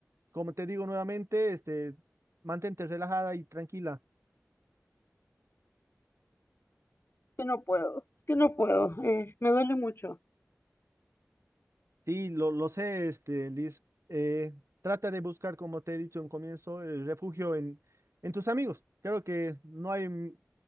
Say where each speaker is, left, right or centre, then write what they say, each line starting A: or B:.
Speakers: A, on the right; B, on the left.
A: como te digo nuevamente, este, mantente relajada y tranquila.
B: Que no puedo, es que no puedo. eh, me duele mucho.
A: Sí, lo, lo sé, este, Liz. Eh, trata de buscar, como te he dicho en comienzo, el refugio en, en tus amigos. Creo que no hay mm,